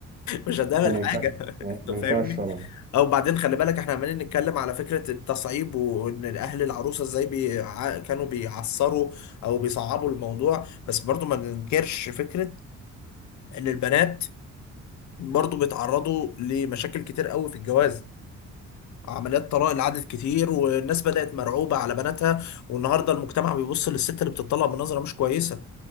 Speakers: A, on the left; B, on the right.
A: مش هتعمل
B: لا ما ينفعش
A: حاجه <laughs>
B: ما
A: انت
B: ما ينفعش
A: فاهمني
B: طبعا
A: او بعدين خلي بالك احنا عمالين نتكلم على فكره التصعيب وان الاهل العروسه ازاي بيع... كانوا بيعصروا او بيصعبوا الموضوع بس برضو ما ننكرش فكره ان البنات برضو بيتعرضوا لمشاكل كتير قوي في الجواز عمليات طلاق العدد كتير والناس بدأت مرعوبة على بناتها والنهاردة المجتمع بيبص للست اللي بتطلق بنظرة مش كويسة